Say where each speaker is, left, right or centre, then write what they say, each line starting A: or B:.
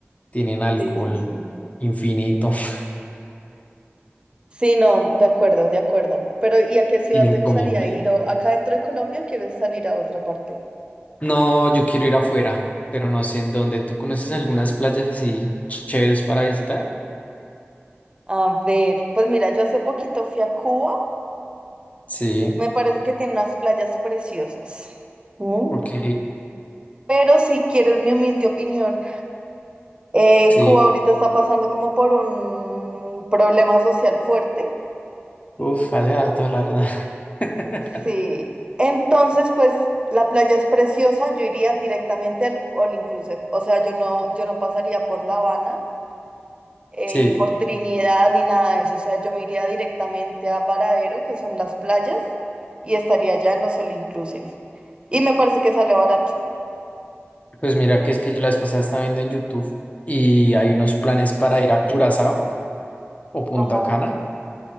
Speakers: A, on the left (about 35°); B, on the right (about 25°).
A: Tienen alcohol
B: sí, sí, sí.
A: infinito, <laughs>
B: Sí, no, de acuerdo, de acuerdo. Pero ¿y a qué ciudad
A: tienen
B: te
A: comida
B: gustaría
A: infinita.
B: ir? ¿O acá dentro de Colombia o quieres salir a otra parte?
A: No, yo quiero ir afuera, pero no sé en dónde. ¿Tú conoces algunas playas así chéveres para visitar?
B: A ver, pues mira, yo hace poquito fui a Cuba.
A: Sí,
B: Me parece que tiene unas playas preciosas. ¿Mm?
A: ok,
B: Pero si quieres mi humilde opinión, eh,
A: sí.
B: Cuba ahorita está pasando como por un problema social fuerte.
A: Uf, hace harto, la verdad. <laughs>
B: Sí. Entonces, pues la playa es preciosa, yo iría directamente al All Inclusive. O sea, yo no, yo no pasaría por La Habana, eh,
A: Sí,
B: ni por Trinidad, ni nada de eso. O sea, yo me iría directamente a Varadero, que son las playas, y estaría ya en los All Inclusive. Y me parece que sale barato.
A: pues mira que es que yo la vez pasada estaba viendo en YouTube y hay unos planes para ir a Curazao o Punta
B: Ajá.
A: Cana.